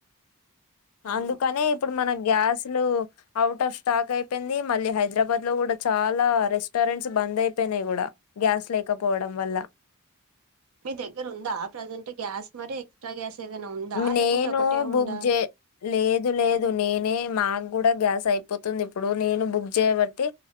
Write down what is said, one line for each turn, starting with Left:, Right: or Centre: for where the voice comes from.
Right: అవును
Left: అందుకనే ఇప్పుడు మన గ్యాస్లు అవుట్ ఆఫ్ స్టాక్ అయిపోయింది మళ్ళీ హైదరాబాద్ లో కూడా చాలా రెస్ట్ స్థా రెంట్స్ బంద్ అయిపోయినాయి కూడా గ్యాస్ లేకపోవడం వల్ల
Right: మీ దగ్గర ఉందా ప్రజెంట్ గ్యాస్ మరి ఎక్సట్రా గ్యాస్ ఏదైనా ఉందా
Left: నేను
Right: లేకుంటే ఒకటే
Left: బుక్
Right: ఉందా
Left: చే లేదు లేదు నేనే మాన్ కూడా గ్యాస్ అయిపోతుంది ఇప్పుడు నేను బుక్ చేయబట్టి